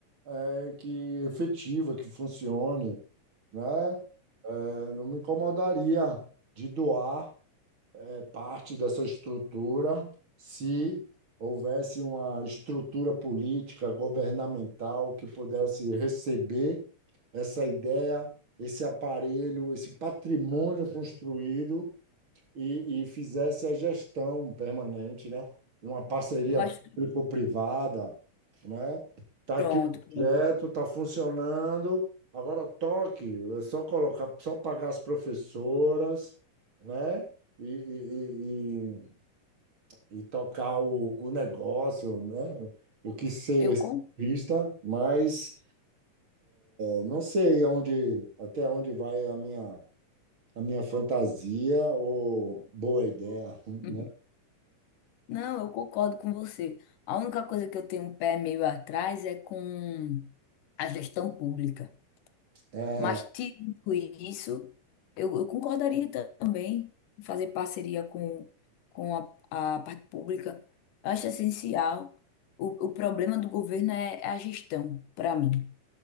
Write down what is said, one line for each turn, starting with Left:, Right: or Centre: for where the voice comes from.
Right: eh, que efetiva, que funcione, né? Eh, não me incomodaria de doar. é, parte dessa estrutura se houvesse uma estrutura política, governamental que pudesse receber essa ideia, esse aparelho, esse patrimônio construído e, e fizesse a gestão permanente, né? Uma parceria
Left: Eu acho que.
Right: público-privada, né? Tá
Left: Pronto,
Right: aqui o projeto,
Left: pronto.
Right: tá funcionando. Agora toque, é só colocar, só pagar as professoras, né? E, e, e, e- e tocar o, o negócio, né? O que ser
Left: Eu con...
Right: vista, mas eu não sei aonde, até onde vai a minha, a minha fantasia ou boa ideia, né?
Left: <laughs> Não, eu concordo com você. A única coisa que eu tenho um pé meio atrás é com a gestão pública.
Right: É,
Left: Mas, tirando isso, eu, eu concordaria também em fazer parceria com, com a, a parte pública. Eu acho essencial. O, o problema do governo é é a gestão, para mim,